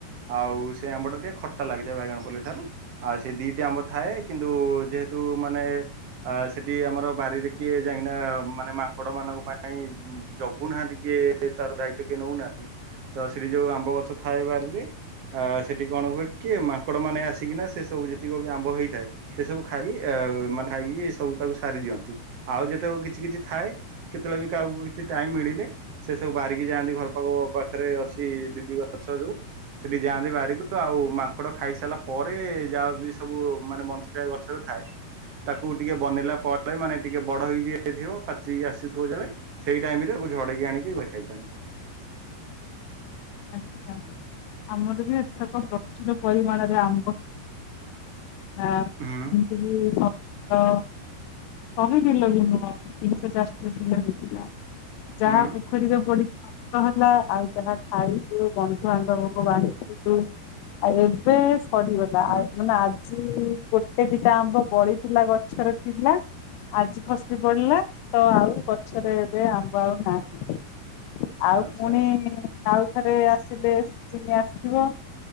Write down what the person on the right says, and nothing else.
ଆଉ ସେ ଆମ୍ବ ଟା ଟିକେ ଖଟା ଲାଗିଥାଏ। ବାଇଗଣପଲ୍ଲୀ ଠାରୁ ଆ ସେଇ ଦିଟି ଆମ୍ବ ଥାଏ କିନ୍ତୁ ଯେହେତୁ ମାନେ ଆ ସେଠି ଆମର ବାରିରେ କିଏ ଯାଇକିନା ମାନେ ମାଙ୍କଡ ମାନଙ୍କ ପାଇଁ ଜଗୁନାହାନ୍ତି କିଏ? ତାର ଦାୟିତ୍ଵ କିଏ ନେଉନାହାନ୍ତି ତ ସେଠି ଯୋଉ ଆମ୍ବ ଗଛ ଥାଏ ବାରିରେ ଅ ସେଠି କଣ ହୁଏ କି -ମାଙ୍କଡ ମାନେ ଆସିକିନା ସେ ସବୁ ଯେତିକି ବି ଆମ୍ବ ହେଇଥାଏ ସେ ସବୁ ଖାଇକ ମାନି <unintelligible> ସବୁ ତାକୁ ସାରି ଦିଅନ୍ତି ଆଉ ଯେତେବେଳେ କିଛି କିଛି ଥାଏ କେତେବେଳେ ବି କାହାକୁ କିଛି ଟାଇମ ମିଳିଲେ ସବୁ ବାରିକି ଯାଆନ୍ତି, ଘର ପାଖ ପାଖରେ ଅଛି ଦିଟି ଗଛ ଯୋଉ ସେଠି ଯାଆନ୍ତି ବାରିକୁ ଆଉ ମାଙ୍କଡ ଖାଇସାରିଲା ପରେ ଯାହା ବି ସବୁ ମାନେ ବଞ୍ଚିଥାଏ ଗଛରେ ଥାଏ ତାକୁ ଟିକେ ବନିଲା ପରେ, ମାନେ ଟିକେ ବଡ ହେଇଯାଇଥିବ, ପାଚି ଆସୁଥିବ ଜାଳେ, ସେଇ ଟାଇମ ରେ ତାକୁ ଝଡେଇକି ଆଣିକି ଖାଇତାି <unintelligible>
ହୁଁ
ହୁଁ
ହୁଁ
ଆଚ୍ଛା
ଆଚ୍ଛା